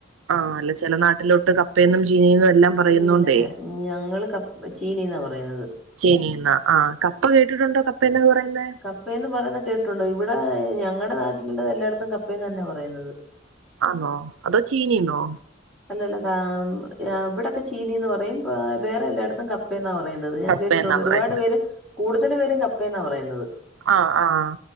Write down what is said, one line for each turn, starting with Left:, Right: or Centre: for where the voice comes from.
Right: ആഹ് അല്ല ചില നാട്ടിലോട്ട് കപ്പയന്നും ചീനിയന്നും എല്ലാം പറയുന്നോണ്ടേ
Centre: ഇല്ല ഞങ്ങള് കപ ചീനിന്നാ പറയുന്നത്
Right: ചീനീന്നാ ആഹ് കപ്പ കേട്ടിട്ടുണ്ടോ കപ്പ എന്നൊക്കെ പറയുന്ന
Centre: കപ്പയന്ന് പറയുന്നത് കേട്ടുണ്ടോ ഇവിടെ ഞങ്ങടെ നാട്ടിലുള്ളത് എല്ലായിടത്തും കപ്പയന്ന് തന്നെ പറയുന്നത്
Right: ആന്നോ അതോ ചീനിന്നോ
Centre: അല്ലല്ല ഇവിടെക്കെ ചീനീന്ന് പറയും വേറെ എല്ലായിടത്തും ക കപ്പയന്നാ പറയുന്നത് ഞാൻ
Right: കപ്പയെന്നാ
Centre: കേട്ടിട്ടുണ്ട് ഒരുപാട്
Right: പറയുന്നെ
Centre: പേരും കൂടുതൽ പേരും കപ്പയന്നാ പറയുന്നത്
Right: ആഹ് ആഹ്